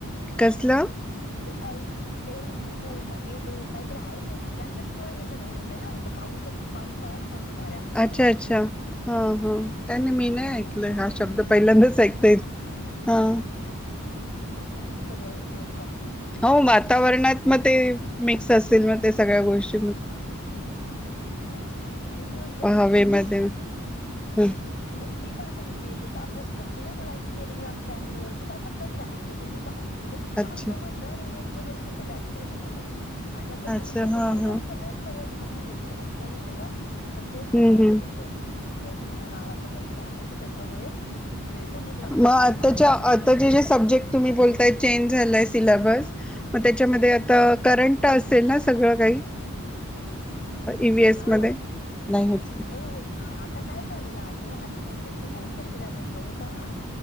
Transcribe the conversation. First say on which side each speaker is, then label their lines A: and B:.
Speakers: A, in the centre; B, on the left.
A: कसलं
B: ते अल एल नी नो का एलो काहीतरी आहे ते त्याच्याचमुळे हे सगळं होतं ना पाऊसच पावसाळा संणार आहे अस काही
A: अच्छा
B: तरी
A: अच्छा हा हा नाही नाही मी नाही
B: तर
A: ऐकलंय हा शब्द पहिल्यांदाच
B: हा
A: ऐकतेय हा.
B: की असं सगळं हे
A: हो वातावरणात म ते मिक्स असेल मग ते सगळ्या गोष्ट
B: हा आणि ती न्यूज बघितलेली
A: हवेमध्ये हं.
B: म्हणजे मी मी पण आता ही टीईटीचा अभ्यास करते ना मला एक टेलिग्राम चॅनेलवरतीच असंच काहीतरी आलेलं होतं मी वाच म्हणजे वाचू
A: अच्छा
B: म्हटलं आणि मी दुर्लक्ष केलं ऍक्च्युली त्याच्याकडे. आणि नंतर मग
A: अच्छा
B: तो शब्द
A: हा
B: सारखा
A: हा
B: सगळेत मग म्हटलं मी वाचलं नाही तेव्हा पण तेच
A: हम्म
B: सगळं आता
A: हम्म
B: येतय... एल नीनो नावाच काहीतरी आहे तर त्याच्यामुळे.... म्हणजे समुद्रातली
A: म
B: सुद्धा
A: आत्ताच्या
B: पाण्याची पातळी
A: आताचे जे सब्जेक्ट तुम्ही बोलताय चेंज झालाय सिल्याबस... म त्याच्यामध्ये आता करंट... असेल ना सगळं काही... ईव्हीएस
B: हा
A: मध्ये नाही होत
B: हो हो आता काय झालेलं आहे.... हे आधी एस एस सी बोर्ड चा सिल्याबस जो होता ना....